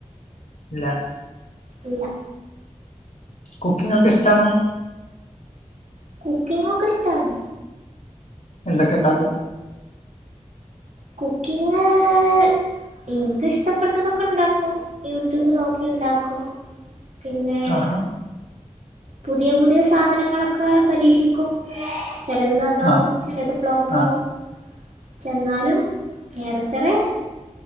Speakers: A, on the left; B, on the right.
A: ഇല്ല
B: ഇല്ല
A: കുക്കിംങ്‌ ഒക്കെ ഇഷ്ടാണോ
B: കുക്കിംങ് ഒക്കെ ഇഷ്റ്റാണ്
A: എന്തെക്കെണ്ടാക്കും
B: കുക്കിങ്‌ ഇൻക്ക് ഇഷ്ടപ്പെട്ടതൊക്കെണ്ടാക്കും യൂട്യൂബ് നോക്കിണ്ടാക്കും പിന്നെ
A: ആഹാ
B: പുതിയ പുതിയ സാധനങ്ങളൊക്കെ പരീക്ഷിക്കും ചെലത് നന്നാവും
A: ആ
B: ചിലത് ഫ്ലോപ്പാവും
A: ആ
B: ചെന്നാലും ഏറക്കുറെ